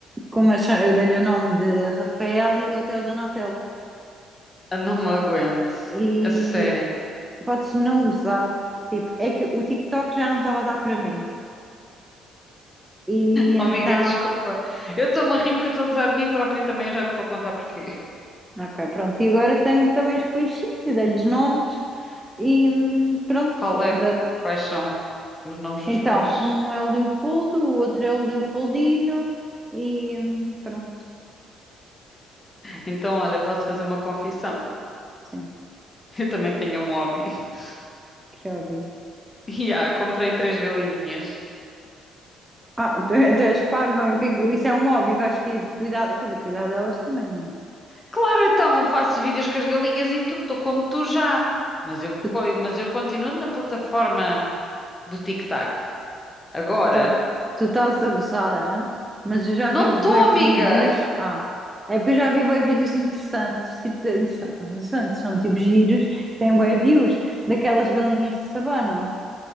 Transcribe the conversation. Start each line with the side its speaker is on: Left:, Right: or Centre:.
Right: como eu cha- eu dei-lhe o nome de Rafael e o outro é o Donatello.
Left: Ah, Não me aguento.
Right: E
Left: A sério.
Right: podes não gozar. Tipo, é que o TikTok já não estava a dar para mim. E então,
Left: Oh, amiga, desculpa. Eu estou-me a rir porque eu estou a gozar de mim própria e também já te vou contar porquê.
Right: ok, pronto. E agora tenho também os peixinhos e dei-lhes nomes. E hum,
Left: <laughs>
Right: pronto,
Left: Qual
Right: anda.
Left: é, quais são os nomes dos
Right: Então,
Left: peixes?
Right: um é o Leopoldo, o outro é o Leopoldino. E hum, pronto,
Left: Então, olha, posso fazer uma confissão.
Right: sim,
Left: <laughs> Eu também tenho um hobby. <laughs>
Right: que óbvio.
Left: E ah, comprei três galinhas.
Right: Ah, <laughs> tu, tu és parva, o que é que- isso é um hobby, vais que cuidar, quer dizer, cuidar delas também.
Left: Claro, então faço vídeos com as galinhas e tudo, estou como tu já. Mas eu,
Right: Tu
Left: co- mas eu continuo na plataforma do TikTok. Agora,
Right: Tu tá- tu estás a gozar, né? mas eu já
Left: não
Right: vi
Left: estou,
Right: bué
Left: amiga!
Right: vídeos. Ah, é porque eu já vi bué vídeos interessantes, tipo, de- interessantes, não, são interessantes, são tipo giros que têm bué views daquelas galinhas que se abanam,